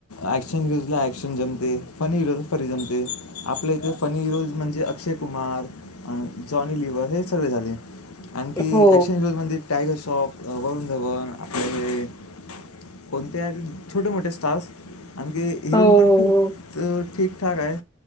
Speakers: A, on the left (about 80°); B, on the left (about 15°).
A: ॲक्शन न्यूज ला ॲक्शन जमते फनी व्हिडिओ फनी जमते आपल्या इथे फनी व्ह्यूज ला म्हणजे अक्षय कुमार जॉनी लिवर्ह हे सगळे झाले. आणखी
B: हो,
A: ऍक्शन शोज मध्ये टायगर शॉफ वरुण धवन आपले हे. कोणते आहेत छोटे मोठे स्टार्स आणखी हीरोइन
B: हो, हो,
A: पण अ खूप ठीकठाक हाय.